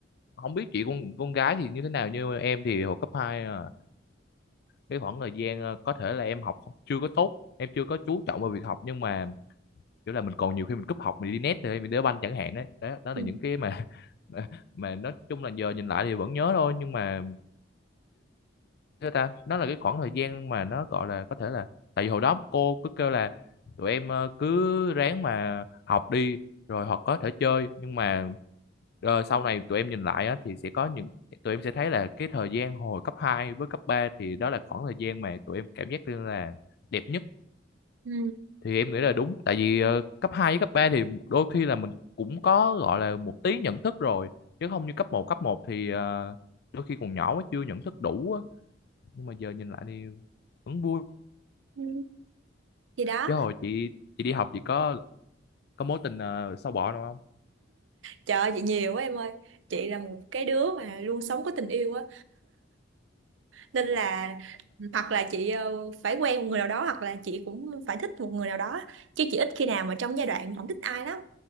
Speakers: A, on the left; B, on the right.
A: không biết chị con con gái thì như thế nào nhưng mà em thì hồi cấp hai à, cái khoảng thời gian à, có thể là em học không- chưa có tốt em chưa có chú trọng vào việc học nhưng mà kiểu là mình còn nhiều khi mình cúp học mình đi net rồi mình đá banh chẳng hạn đấy đó, đó
B: Ừ.
A: là những cái mà <laughs> mà, mà nói chung là giờ nhìn lại thì vẫn nhớ thôi nhưng mà thế ta nó là cái khoảng thời gian mà nó gọi là có thể là tại vì hồi đó cô cứ kêu là tụi em ờ, cứ ráng mà học đi rồi hoặc có thể chơi nhưng mà ờ, sau này tụi em nhìn lại á, thì sẽ có những tụi em sẽ thấy là cái thời gian hồi cấp 2 với cấp 3 thì đó là khoảng thời gian mà tụi em cảm giác như là đẹp nhất
B: Ừ.
A: thì em nghĩ là đúng tại vì ờ, cấp 2 với cấp 3 thì đôi khi là mình cũng có gọi là một tí nhận thức rồi chứ không như cấp một cấp một thì ờ, đôi khi còn nhỏ quá chưa nhận thức đủ á. nhưng mà giờ nhìn lại thì vẫn vui
B: Ừ. Thì đó,
A: chứ hồi chị chị đi học chị có có mối tình uh, sâu bọ nào không
B: trời ơi, chị nhiều quá em ơi Chị là một cái đứa mà luôn sống có tình yêu á Nên là hoặc là chị ờ, phải quen một người nào đó Hoặc là chị cũng phải thích một người nào đó Chứ chị ít khi nào mà trong giai đoạn không thích ai lắm